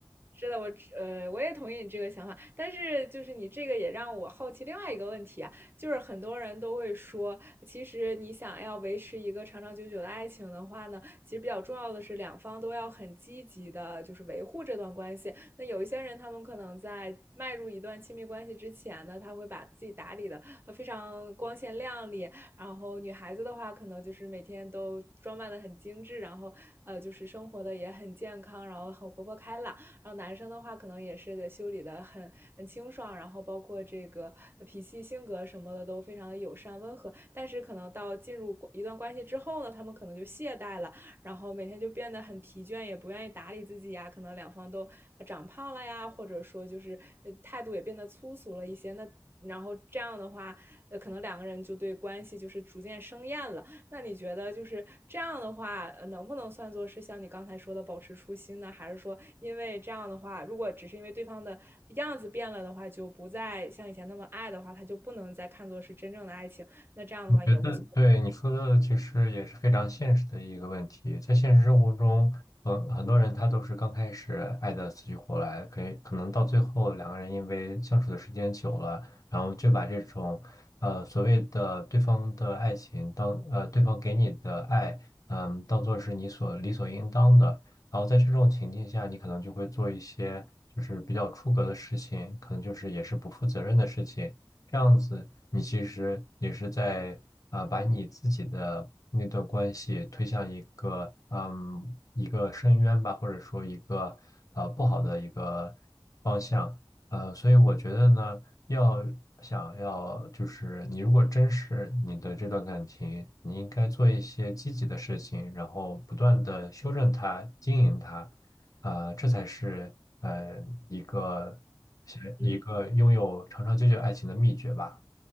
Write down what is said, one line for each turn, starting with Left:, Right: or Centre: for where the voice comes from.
Right: 是的，我呃我也同意你这个想法，但是就是你这个也让我好奇另外一个问题啊，就是很多人都会说，其实你想要维持一个长长久久的爱情的话呢，其实比较重要的是两方都要很积极的，就是维护这段关系。那有一些人，他们可能在迈入一段亲密关系之前呢，他会把自己打理的非常光鲜亮丽，然后女孩子的话，可能就是每天都装扮的很精致，然后呃就是生活的也很健康，然后很活泼开朗。然后男生的话，可能也是得修理的很很清爽，然后包括这个脾气、性格什么的都非常的友善温和。但是可能到进入一段关系之后呢，他们可能就懈怠了，然后每天就变得很疲倦，也不愿意打理自己呀。可能两方都长胖了呀，或者说就是呃态度也变得粗俗了一些。那然后这样的话，呃，可能两个人就对关系就是逐渐生厌了。那你觉得就是这样的话，呃能不能算作是像你刚才说的保持初心呢？还是说，因为这样的话，如果只是因为对方的样子变了的话，就不再像以前那么爱的话，他就不能再看作是真正的爱情？那这样的话也无所谓。
Left: 我觉得对你说的其实也是非常现实的一个问题，在现实生活中，很很多人他都是刚开始爱的死去活来，可以可能到最后两个人因为相处的时间久了，然后就把这种呃所谓的对方的爱情当呃对方给你的爱，嗯，当做是你所理所应当的，然后在这种情境下，你可能就会做一些就是比较出格的事情，可能就是也是不负责任的事情。这样子，你其实也是在啊、呃把你自己的那段关系推向一个嗯一个深渊吧，或者说一个呃不好的一个方向。呃，所以我觉得呢，要想要就是你如果珍视你的这段感情，你应该做一些积极的事情，然后不断的修正它、经营它，啊、这才是呃一个是一个拥有长长久久爱情的秘诀吧。
Right: 嗯